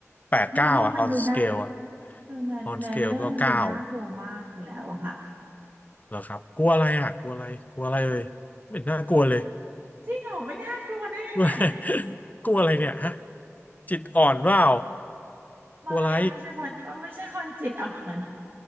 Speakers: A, on the left; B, on the right.
A: แปดเก้าอ่ะ
B: เนื้อเรื่องมันดูน่า
A: on scale อ่ะ
B: คือเนื้อเนื้อเรื่องมันดูน่ากลัวมากอยู่แล้วอะค่ะ
A: on scale ก็เก้าอ่ะเหรอครับกลัวอะไรอ่ะกลัวอะไรกลัวอะไรเลยไม่เห็นน่ากลัวเลย
B: จริงเหรอไม่น่ากลัวได้ยังไง
A: <laughs> กลัวอะไรเนี่ยฮะจิตอ่อนเปล่า
B: ไม่อะไม่ใช่คนก็ไม่ใช่คนจิตอ่อน
A: กลัวอะไร